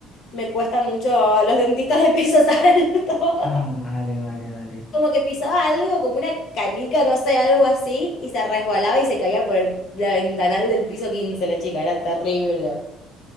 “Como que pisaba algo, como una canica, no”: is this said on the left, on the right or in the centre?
Left